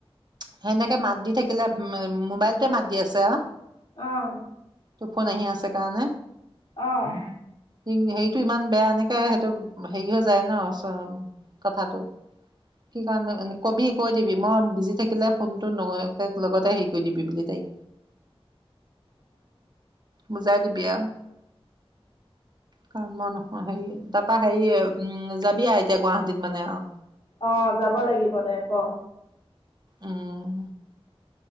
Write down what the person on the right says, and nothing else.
সেনেকে মাত দি থাকিলে, উম, ম, মবাইলটোৱে মাত দি আছে আ?
তোৰ ফোন আহি আছে কাৰণে।
ৰিং হেৰিটো ইমান বেয়া এনেকে সেইটো, হেৰি হৈ যায় ন। অঁ কথাটো, কি কাৰণে, এন কবি, কৈ দিবি, মই বিজি থাকি কিলে ফোনটো ন, এ লগতে হেৰি কৰি দিবি বুলি দেই। বুজি বুজাই দিবি আও। কাৰণ মই নহয় হেৰিয়ে, তাৰাপৰা হেৰি, উম যাবি আও এতিয়া গুৱাহাটীত মানে আও?
উম।